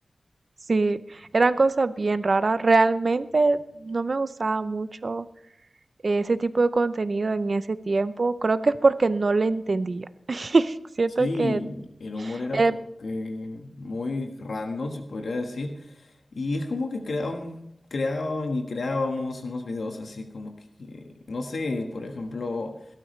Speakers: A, on the right; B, on the left.
A: Sí, eran cosas bien raras. Realmente no me gustaba mucho ese tipo de contenido en ese tiempo. Creo que es porque no le entendía. <laughs> Siento
B: Sí,
A: que
B: el humor era
A: eh,
B: como que muy random, se podría decir. Y es como que creaban, creaban y creábamos unos videos así como que, no sé, por ejemplo.